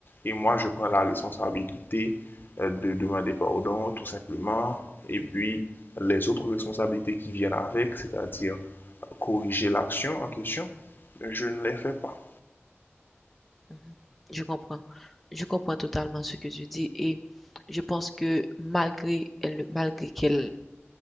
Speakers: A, on the left; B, in the centre.
A: Et moi, je prends la responsabilité euh, de demander pardon, tout simplement. Et
B: Mhm,
A: puis, les autres responsabilités qui viennent avec, c'est-à-dire corriger l'action en question, je ne les fais pas.
B: mhm. Je comprends. Je comprends totalement ce que tu dis et je pense que malgré elle, malgré qu'elle